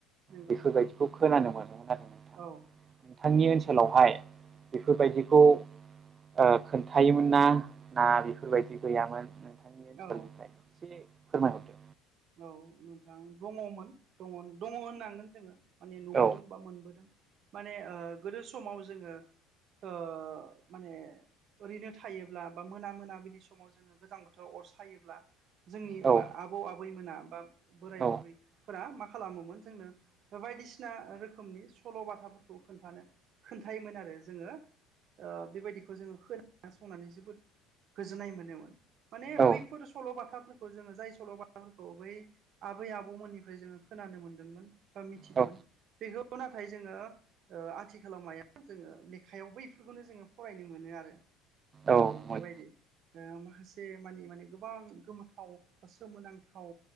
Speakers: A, on the right; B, on the right.
A: नंगौ
B: बेफोरबायदि खौ खोनानो मोनोमोन आरो।
A: औ
B: नोंथांनि ओनसोलावहाय बेफोरबायदिखौ ओ खोन्थायोमोन ना ना बेफोरबायदि गैयामोन। नोंनि ओनसोलनिफ्राय
A: औ
B: एसे फोरमायहरदो?
A: औ नोंथां दङमोन दङ दङ होननांगोन जोङो। माने नुबोदों
B: औ
A: बा मोनबोदों माने ओ गोदो समाव जोङो ओ माने ओरैनो थायोब्ला बा मोना मोना बिलि समाव जोङो गोजां बोथोराव अर सायोब्ला जोंनि ओमबा
B: औ
A: आबौ आबैमोना बा बोराय
B: औ
A: बुरैफोरा मा खालामोमोन जोंनो बायदिसिना रोखोमनि सल' बाथाफोरखौ खोन्थानो खोन्थायोमोन आरो जोङो ओ बेबायदिखौ जोङो खोनासंनानै जोबोद गोजोननाय मोनोमोन। माने
B: औ
A: बैफोर सल'बाथाफोरखौ जोङो जाय सल'बा बै आबै आबौमोननिफ्राय जोङो खोनानो मोनदोंमोन बा मिथिदोमोन
B: औ
A: बेखौ खौ नाथाय जोङो ओ आथिखालाव माया जोङो लेखायाव बैफोरखौनो जोङो फरायनो मोनो आरो।
B: औ
A: ओ
B: मोन
A: बेबायदि ओ माखासे मानि माने गोबां गोमोथाव बा सोमोनां थाव